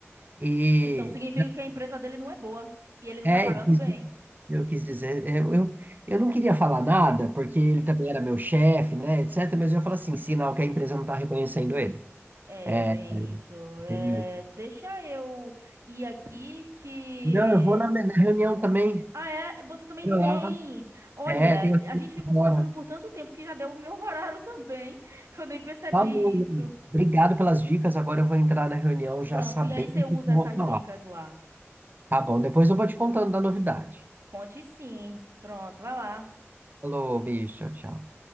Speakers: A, on the right (about 40°); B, on the right (about 85°).
A: E
B: então significa que a empresa dele não é boa e ele não
A: É,
B: tá pagando
A: eu quis
B: bem.
A: eu quis dizer, eu, eu, eu não queria falar nada, porque ele também era meu chefe, né, etc. Mas eu falo assim, sinal que a empresa não está reconhecendo ele.
B: É bem
A: Aí,
B: isso.
A: Entendeu?
B: É, deixa eu ir aqui que
A: Não, eu vou na, me- na reunião também.
B: Ah, é? Você também
A: Vou
B: tem.
A: lá.
B: Olha,
A: É, tenho que
B: a
A: ir
B: gente ficou
A: agora.
B: conversando por tanto tempo que já deu o meu horário <laughs> também. Eu nem percebi
A: Falou, Lu.
B: isso.
A: obrigado pelas dicas. Agora eu vou entrar na reunião já
B: Pronto,
A: sabendo
B: e aí você
A: o
B: usa
A: que eu vou
B: essas
A: falar.
B: dicas lá.
A: Tá bom, depois eu vou te contando da novidade.
B: Conte sim. Pronto, vai lá.
A: Falou, bicho, tchau, tchau.